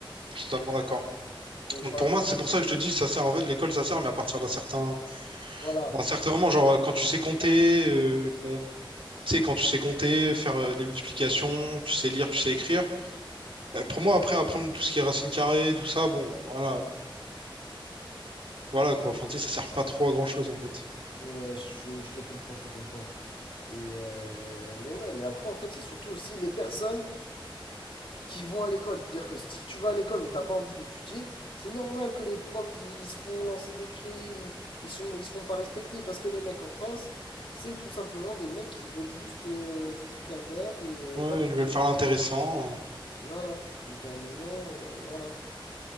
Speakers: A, on the right; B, on the left.
A: Je suis totalement d'accord.
B: Donc
A: Donc
B: voilà,
A: pour moi, c'est pour ça que je te dis, ça sert en fait l'école, ça sert, mais à partir d'un certain,
B: voilà.
A: d'un certain moment, genre euh, quand tu sais compter, euh, bon, tu sais quand tu sais compter, faire euh, des multiplications, tu sais lire, tu sais écrire. Bah, pour moi, après apprendre tout ce qui est racine carrée, tout ça, bon, voilà, voilà quoi. Enfin, tu sais, ça sert pas trop à grand chose en fait.
B: Ouais, je, je te comprends, je te comprends. Et euh, mais ouais, mais après, en fait, c'est surtout aussi les personnes qui vont à l'école. C'est-à-dire que si tu vas à l'école mais t'as pas envie d'étudier, c'est normal que les profs, ils se font lancer des cris, ils, ils sont, ils se font pas respecter parce que les mecs en face, c'est tout simplement des mecs qui veulent juste euh, foutre la merde et
A: Ouais,
B: voilà.
A: je vais le faire l'intéressant,
B: Voilà. Donc à un moment, euh, voilà.